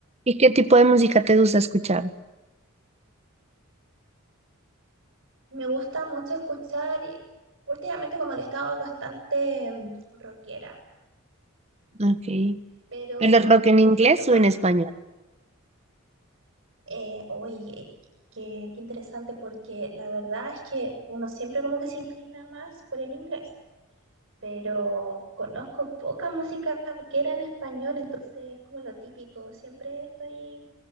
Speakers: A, on the right; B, on the right.
A: ¿Y qué tipo de música te gusta escuchar?
B: Me gusta mucho escuchar y últimamente como que he estado bastante mm, rockera,
A: Okay,
B: pero
A: ¿El rock en
B: me
A: inglés
B: siento más,
A: o en español?
B: eh, oye, qué, qué interesante porque la verdad es que uno siempre como que se inclina más por el inglés, pero conozco poca música rockera en español, entonces es como lo típico, siempre estoy